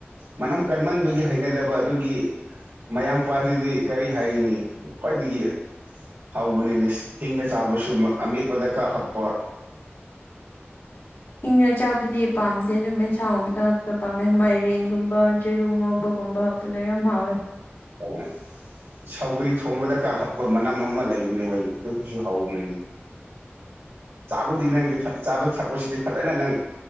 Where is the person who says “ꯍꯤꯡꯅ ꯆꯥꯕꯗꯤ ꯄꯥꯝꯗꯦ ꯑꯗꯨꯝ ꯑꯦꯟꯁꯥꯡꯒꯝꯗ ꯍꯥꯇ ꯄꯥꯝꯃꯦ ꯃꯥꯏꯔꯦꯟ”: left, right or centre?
Left